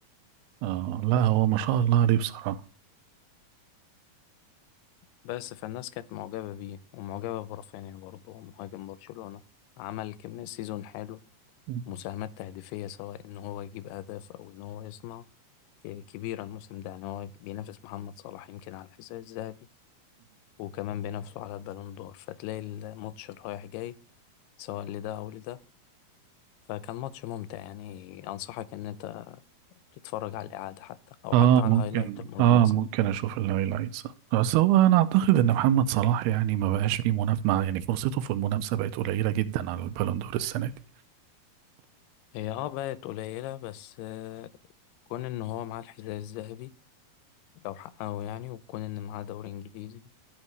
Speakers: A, on the right; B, on the left.
A: اه لا هو ما شاء الله عليه بصراحة
B: بس فالناس كانت معجبة بيه ومعجبة برافينيا برضه مهاجم برشلونة عمل كمية سيزون حلو
A: مم.
B: مساهمات تهديفية سواء إن هو يجيب أهداف أو إن هو يصنع ك- كبيرة الموسم ده يعني هو بينافس محمد صلاح يمكن على الحذاء الذهبي وكمان بينافسه على البالون دور فتلاقي الماتش رايح جاي سواء لده أو لده فكان ماتش ممتع يعني أنصحك إن أنت تتفرج على الإعادة حتى أو
A: اه
B: حتى على
A: ممكن
B: الهايلايت الملخص
A: اه ممكن اشوف الهايلايتس بس هو انا اعتقد ان محمد صلاح يعني ما بقاش فيه منافسه مع يعني فرصته في المنافسه بقت قليله جدا على البالون دور السنه دي
B: هي اه بقت قليلة بس آه، كون إن هو معاه الحذاء الذهبي لو حققه يعني وكون إن معاه دوري إنجليزي